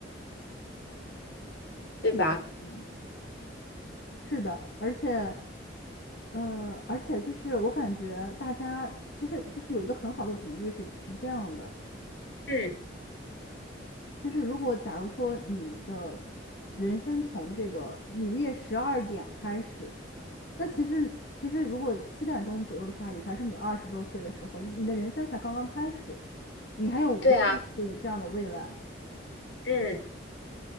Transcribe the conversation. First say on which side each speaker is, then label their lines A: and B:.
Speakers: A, on the left (about 80°); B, on the left (about 60°).
A: 对吧？
B: 嗯嗯是的，而且，呃，而且就是我感觉大家就是就是有一个很好的比喻是是这样的，
A: 嗯
B: 就是如果假如说你的人生从这个午夜十二点开始，那其实其实如果七点钟左右的话，也才是你二十多岁的时候，就是你的人生才刚刚开始，你还有无限的这个这样的未来。
A: 对啊，嗯，